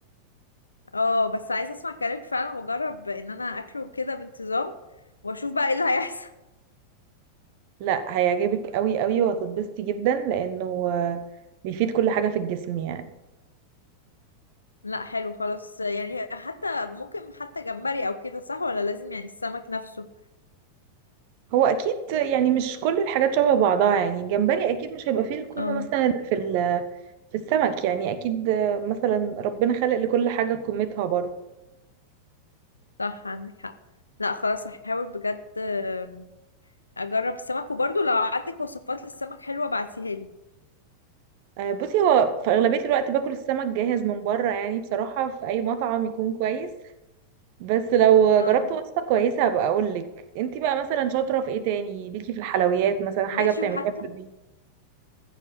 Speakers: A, on the left; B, on the right.
A: اه بس عايزه اسمع كلامك فعلا واجرب ان انا اكله كده بانتظام واشوف بقى ايه اللي هيحصل <laughs>
B: لا هيعجبك قوي قوي وهتتبسطي جدا لأنه آه، بيفيد كل حاجة في الجسم يعني
A: لا حلو خلاص يعني حتى ممكن حتى جمبري او كده صح ولا لازم يعني السمك نفسه
B: هو أكيد يعني مش كل الحاجات شبه بعضها يعني الجمبري أكيد مش هيبقى فيه القيمة
A: اه
B: مثلا اللي في ال- في السمك يعني أكيد آه، مثلا ربنا خلق لكل حاجة قيمتها برضه
A: صح عندك حق لا خلاص هحاول بجد آم، اجرب السمك وبرضه لو عندك وصفات للسمك حلوه بعتيها لي
B: آه، بصي هو في أغلبية الوقت باكل السمك جاهز من بره يعني بصراحة في أي مطعم يكون كويس بس لو
A: اه
B: جربت وصفة كويسة هبقى اقول لك انتي بقى مثلا شاطرة في ايه تاني ليكي في الحلويات مثلا حاجة
A: ماشي
B: بتعمليها
A: وحتى
B: في البيت